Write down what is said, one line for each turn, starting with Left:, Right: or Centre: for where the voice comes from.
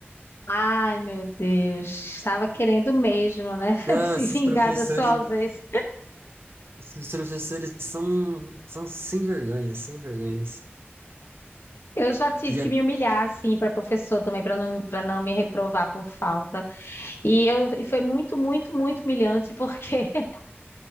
Left: Ai, meu Deus. Estava querendo mesmo, né? <laughs>
Right: Não,
Left: Se
Right: esses
Left: vingar
Right: professores,
Left: da sua ausência.
Right: esses professores são, são sem vergonha, sem vergonhas.
Left: Eu já tive
Right: Você Já...
Left: que me humilhar, assim, para professor também, para não, para não me reprovar por falta. E, eu, e foi muito, muito, muito humilhante, porque <laughs>